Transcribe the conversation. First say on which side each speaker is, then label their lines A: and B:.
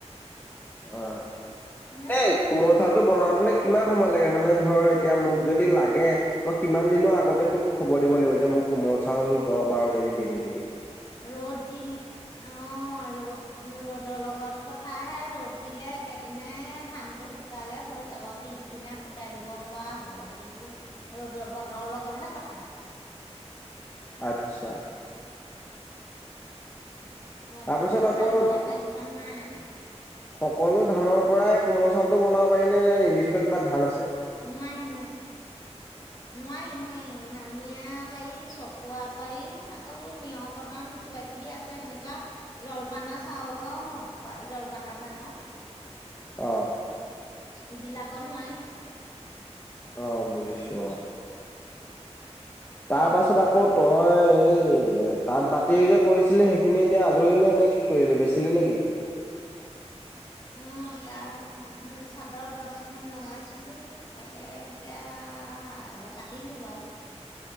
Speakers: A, on the left (about 20°); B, on the left (about 35°).
A: অ'
B: সেনেকে
A: দেই, কুমলচাউল টো বনাওতেনে কিমান সময় লাগে, মানে ধৰ এতিয়া মোক যদি লাগে, মই কিমান দিনৰ আগতে তোক খবৰ দিব লাগিব যে, মোক কুমল চাউল দহ বাৰ কেজি দিবি বুলি।
B: ৰ'দ দিল, অ'হ ৰ'দ ৰ'দৰ লগত কথাহে। ৰ'দ দিলে একেদিনাই ধানটো শুকালে হৈ যাব। পিছদিনা কুটাই দিব পৰা হ'ব, কিন্তু ৰদৰ বতৰৰ লগতহে কথা।
A: আচ্ছা।
B: বটৰটো
A: তাৰপিছত
B: ভাল
A: আকৌ
B: হ'লে টেনচন নাই।
A: সকলো ধানৰ পৰাই কোমল চাউলটো বনাব পাৰি নে, নে নিৰ্দিষ্ট কিবা ধান আছে?
B: নোৱাৰি, নোৱাৰি, নোৱাৰি, নোৱাৰি, নানিয়া পাৰি, চকুৱা পাৰি, আকৌ এইবোৰ নিয়ৰ কদম কিবা কিবি আছে তেনেকুৱা, জলপানৰ চাউলৰ জলপানৰ ধানৰ
A: অ'হ!
B: ইবিলাকৰ নোৱাৰি।
A: অ' বুজিছোঁ অ'! তাৰ পাছত আকৌ তই এই তাঁত বতি যে কৰিছিলি, সেইখিনি এতিয়া আজৰি নে, নে কি কৰিলি বেচিলি নেকি?
B: অ' তাঁত চাদৰ দহখন লগাইছিলোঁ তাকে এতিয়া কাটিলোঁ বাৰু।